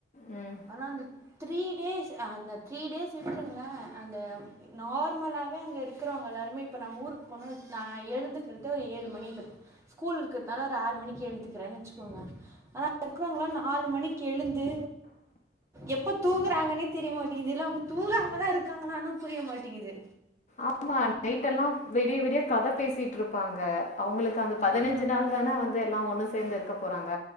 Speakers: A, on the left; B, on the right.
A: உம்
B: ஆனா அந்த த்ரீ டேஸ் அந்த த்ரீ டேஸ் விட்ருங்ளே அந்த நார்மலாவே அங்க இருக்கிறவங்க எல்லோருமே இப்போ நம்ம ஊருக்கு போணோன்னா நா எழுந்துக்கிறது ஒரு ஏழு மணி ப ஸ்கூல் இருக்கதால ஒரு ஆறு மணிக்கு எழுந்துக்கிறேன் வச்சு உம் அ இருக்கிறவ்ங்ளா நாலு மணிக்கு எழுந்து எப்போ தூங்குறாங்கன்னே தெரிய மாட்டேங்கிது இல்ல அவுங்க தூங்காமதா இருக்காங்களானோ புரிய மாட்டேங்கிது
A: ஆமா நைட் எல்லா விடிய விடிய கத பேசி த்திட்டு இருப்பாங்க அவுங்களுக்கு அந்த பதினஞ்சி
B: ஆ
A: நாள் தான வந்து எல்லா ஒண்ணு சேந்து இருக்க போறாங்க